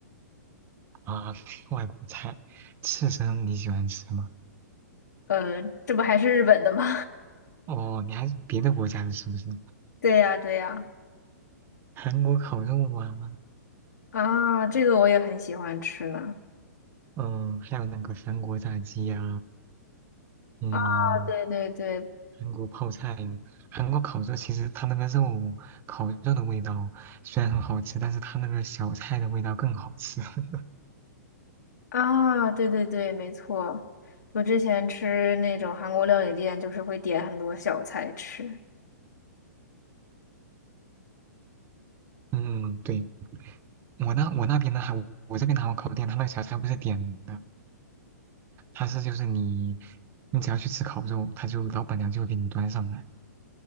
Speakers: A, on the right; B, on the left.
A: 啊。<laughs> 外国菜，刺身你喜欢吃吗？
B: 呃，这不还是日本的吗？
A: 哦，你还是别的国家的是不是？
B: <laughs> 对呀，对呀，
A: 韩国烤肉啊，
B: 啊，这个我也很喜欢吃呢。
A: 嗯，还有那个韩国炸鸡呀、嗯。
B: 啊，对对对，
A: 韩国泡菜呀，韩国烤肉其实它那个肉烤肉的味道虽然很好吃，但是它那个小菜的味道更好吃。<laughs>
B: 啊，对对对，没错。我之前吃那种韩国料理店，就是会点很多小菜吃。
A: 嗯，对，我那我那边的还我这边的韩国烤肉店，它那个小菜不是点的，它是就是你你只要去吃烤肉，它就老板娘就会给你端上来。